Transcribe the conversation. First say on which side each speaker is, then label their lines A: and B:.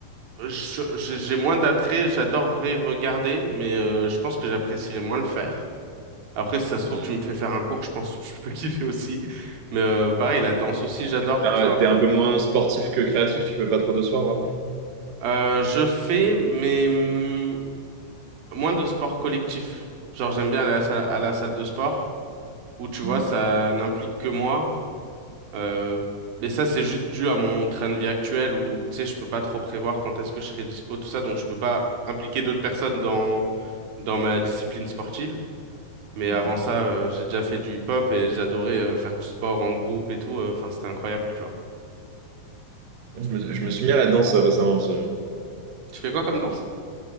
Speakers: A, on the right; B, on the right.
A: je- je- j'ai moins d'attrait, j'adorerais regarder, mais euh, je pense que j'apprécierais moins le faire. Après, si ça se trouve,
B: Mm.
A: tu me fais faire un cours, je pense <laughs> que je peux <laughs> kiffer aussi. Mais euh, pareil, la danse aussi, j'adore,
B: T'as-
A: tu vois.
B: T'es un peu moins sportif que créatif, tu fais pas trop de soir, vraiment.
A: Euh, je fais, mais hum, moins de sport collectif. Genre, j'aime bien aller à la salle, à la salle de sport. où tu vois,
B: Mm.
A: ça n'implique que moi. Euh, mais ça, c'est juste dû à mon train de vie actuel où, tu sais, je peux pas trop prévoir quand est-ce que je serai dispo, tout ça, donc je peux pas impliquer d'autres personnes dans dans ma discipline sportive. Mais avant
B: Ouais.
A: ça, euh, j'ai déjà fait du hip-hop et j'adorais euh, faire du sport en groupe et tout. euh, Enfin, c'était incroyable, tu vois.
B: Je me, je me suis mis à la danse euh, récemment, aussi, euh,
A: Tu fais quoi comme danse?